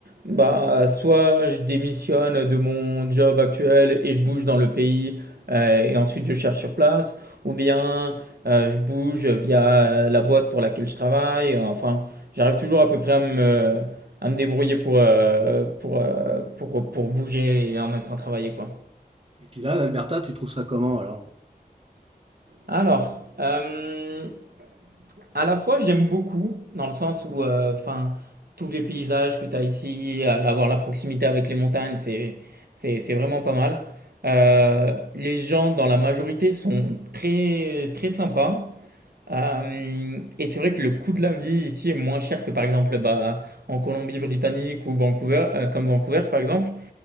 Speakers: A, on the right; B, on the right.
A: bah, soit je démissionne de mon job actuel et je bouge dans le pays euh, et ensuite je cherche sur place, ou bien euh, je bouge via la boîte pour laquelle je travaille. Enfin, j'arrive toujours à peu près à me, à me débrouiller pour, euh, pour, euh, pour, pour bouger et en même temps travailler, quoi.
B: Et puis là, l'Alberta, tu trouves ça comment alors?
A: Alors, euh, À la fois, j'aime beaucoup, dans le sens où, euh, enfin, tous les paysages que tu as ici, heu, avoir la proximité avec les montagnes, c'est c'est c'est vraiment pas mal. Heu, les gens, dans la majorité, sont très, très sympas. Hem et c'est vrai que le coût de la vie ici est moins cher que, par exemple, bah, en Colombie-Britannique ou Vancouver, heu, comme Vancouver, par exemple.